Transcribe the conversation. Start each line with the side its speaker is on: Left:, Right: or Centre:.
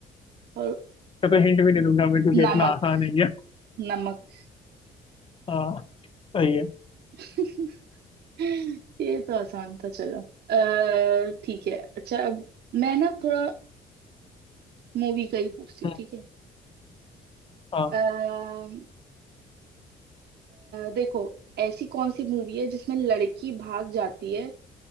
Right: और
Left: तो, तो हिंट भी नहीं दूंगा मैं क्योंकि
Right: नमक
Left: इतना आसान है ये
Right: नमक
Left: हाँ सही है
Right: <laughs> ये तो आसान था चलो अः ठीक है अच्छा अब मैं ना थोड़ा मूवी का ही पूछती
Left: हम्म,
Right: हूँ ठीक है
Left: हाँ
Right: अः देखो ऐसी कौन सी मूवी है जिसमें लड़की भाग जाती है